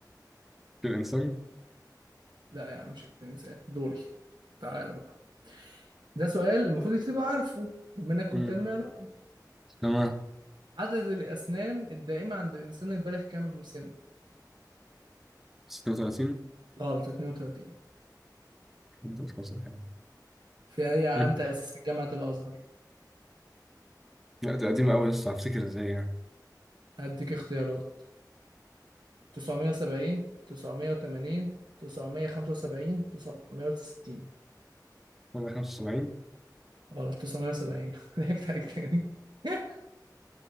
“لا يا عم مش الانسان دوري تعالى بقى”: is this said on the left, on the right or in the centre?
Right